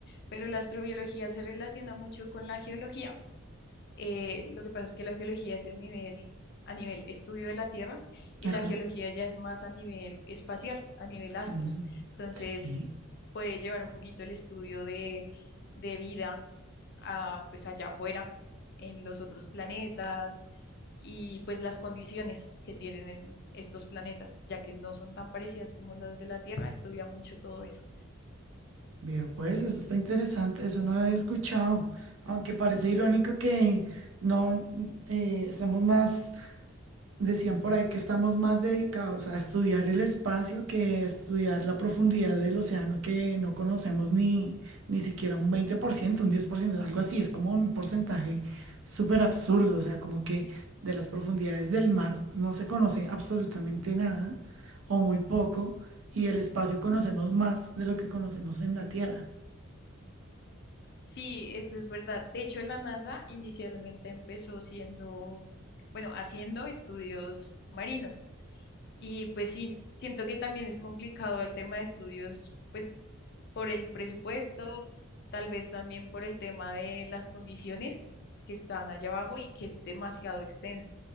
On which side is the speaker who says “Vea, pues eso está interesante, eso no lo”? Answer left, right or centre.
Right